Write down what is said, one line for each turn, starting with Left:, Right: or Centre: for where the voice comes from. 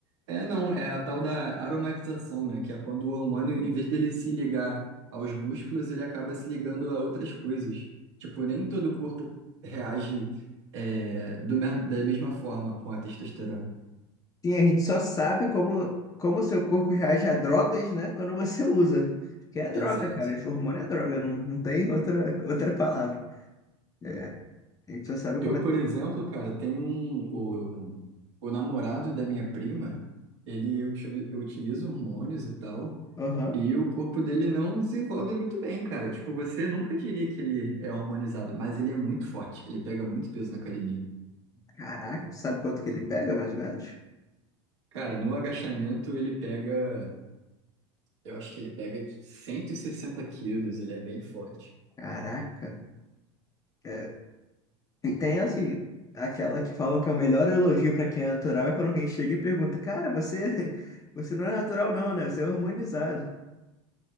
Right: é, não, é a tal da aromatização, né? Que é quando o hormônio, em vez dele se ligar aos músculos, ele acaba se ligando a outras coisas. Tipo, nem todo o corpo reage, é, do, me- da mesma forma com a testosterona.
Left: Sim, a gente só sabe como como o seu corpo reage a drogas, né, quando você usa. Que é droga,
Right: Exato.
Left: cara. Esse hormônio é droga, não, não tem outra outra palavra. É, A gente só sabe
Right: Eu,
Left: como é
Right: por
Left: que.
Right: exemplo, cara, tenho um, o, o namorado da minha prima, ele util- utiliza hormônios e tal.
Left: Aham.
Right: E o corpo dele não desenvolve muito bem, cara. Tipo, você nunca diria que ele é hormonizado, mas ele é muito forte. Ele pega muito peso na academia.
Left: Caraca, tu sabe quanto que ele pega, mais ou menos?
Right: Cara, no agachamento ele pega. Eu acho que ele pega 160 quilos, ele é bem forte.
Left: Caraca. É, E tem, assim, aquela que falam que é o melhor elogio pra quem é natural é quando alguém chega e pergunta, cara, você, <laughs> você não é natural não, né? Você é hormonizado.